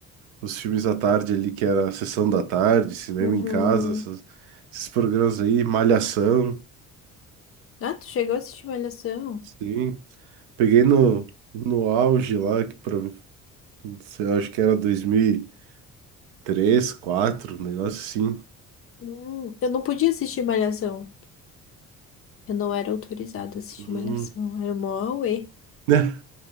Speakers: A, on the right; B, on the left.
A: os filmes da tarde ali, que era a sessão da tarde, cinema
B: Uhum.
A: em casa, essas- esses programas aí, Malhação,
B: Ah, tu chegou a assistir Malhação?
A: sim. Peguei no, no auge lá, que pra, sei lá, acho que era 2003, 2004, um negócio assim.
B: Hum, eu não podia assistir Malhação. Eu não era autorizada a assistir
A: Hum.
B: Malhação. Era mó uê.
A: <laughs>